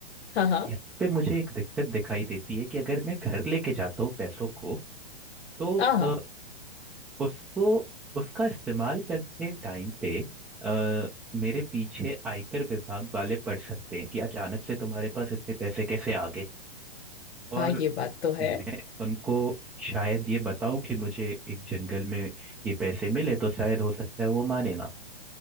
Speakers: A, on the left (about 90°); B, in the centre.
A: हाँ हाँ
B: यहाँ पे मुझे एक दिक्कत दिखाई देती है कि अगर मैं घर लेके जाता हूँ पैसों को तो
A: हाँ हाँ
B: अ, उसको उसका इस्तेमाल करते टाइम पे अ, मेरे पीछे आयकर विभाग वाले पड़ सकते हैं कि अचानक से तुम्हारे पास इतने पैसे कैसे आ गए और
A: हाँ, ये बात तो है
B: मैं उनको शायद ये बताऊं कि मुझे एक जंगल में ये पैसे मिले तो शायद हो सकता है वो माने ना